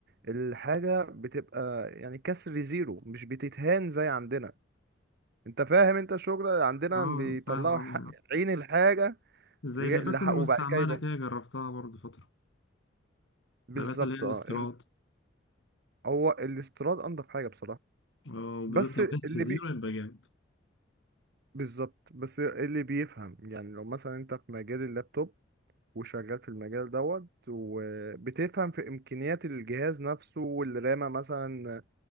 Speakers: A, on the right; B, on the left.
A: الحاجة بتبقى يعني كسر زيرو مش بتتهان زي عندنا انت فاهم انت الشغل عندنا
B: اه
A: بيطلعوا
B: فاهم
A: ح- عين الحاجة
B: زي
A: غ-
B: اللابات
A: لح-
B: المستعملة
A: وبعد كده يبقى
B: كده جربتها برضه فترة
A: بالظبط
B: اللابات اللي هي الاستيراد
A: اه ال- هو الاستيراد انضف حاجة بصراحة
B: آه، وبالذات
A: بس
B: لو كانت
A: اللي
B: في زيرو
A: بي
B: يبقى جامد
A: بالظبط بس إيه اللي بيفهم يعني لو مثلا انت في مجال اللابتوب وشغال في المجال دوت وبتفهم في امكانيات الجهاز نفسه والرامة مثلا